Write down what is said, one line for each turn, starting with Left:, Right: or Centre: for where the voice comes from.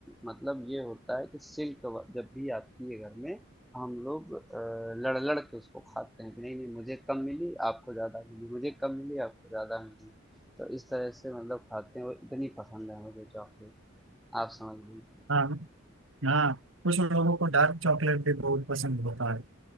Centre: मतलब ये होता है कि सिल्क व जब भी आती है घर में, हम लोग अ, लड़-लड़ के उसको खाते हैं कि नहीं, नहीं मुझे कम मिली, आपको ज़्यादा मिली, मुझे कम मिली, आपको ज़्यादा मिली। तो इस तरह से मतलब खाते हैं और इतनी पसंद है मुझे चॉकलेट, आप समझ लीजिए।
Right: हाँ हाँ कुछ लोगों को डार्क चॉकलेट भी बहुत पसंद होता है